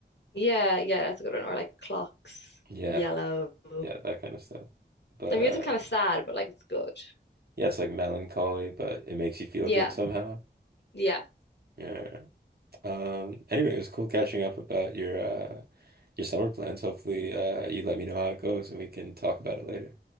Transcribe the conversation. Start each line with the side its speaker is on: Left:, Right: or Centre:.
Left: yeah, yeah, that's a good one. Or like clocks,
Right: Yeah.
Left: yellow. The
Right: Yeah, that kind of stuff. But
Left: music
Right: uh
Left: kind of sad, but like it's good.
Right: yeah, it's like melancholy, but it makes you feel
Left: Yeah,
Right: good somehow.
Left: yeah,
Right: Yeah. Um anyway, it was cool catching up about your uh your summer plans. Hopefully uh you let me know how it goes and we can talk about it later.